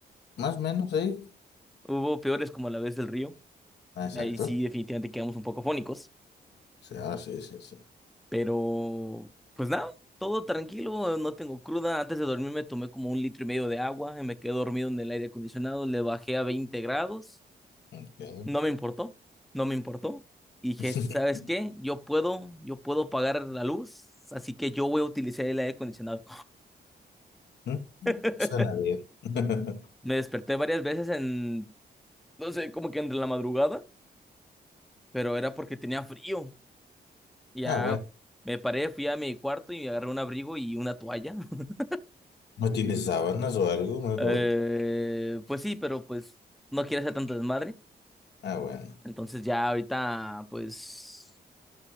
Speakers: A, on the left; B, in the centre.
A: Más o menos, sí.
B: <laughs> Hubo peores como la vez del río.
A: Ah, Exacto.
B: Ahí sí, definitivamente quedamos un poco fónicos.
A: O sea, sí, sí, sí.
B: Pero, pues nada, todo tranquilo, no tengo cruda. Antes de dormir me tomé como un litro y medio de agua y me quedé dormido en el aire acondicionado. Le bajé a 20 grados.
A: Ok.
B: No me importó, no me importó. Y dije,
A: <laughs>
B: ¿sabes qué? Yo puedo, yo puedo pagar la luz, así que yo voy a utilizar el aire acondicionado.
A: Mm,
B: <laughs>
A: Suena bien. <laughs>
B: Me desperté varias veces en, no sé, como que entre la madrugada, pero era porque tenía frío. Ya
A: Ah, bueno.
B: me paré, fui a mi cuarto y agarré un abrigo y una toalla. <laughs>
A: ¿No tienes sábanas o algo mejor?
B: Eh, pues sí, pero pues no quiero hacer tanto desmadre.
A: Ah, bueno.
B: Entonces ya ahorita, pues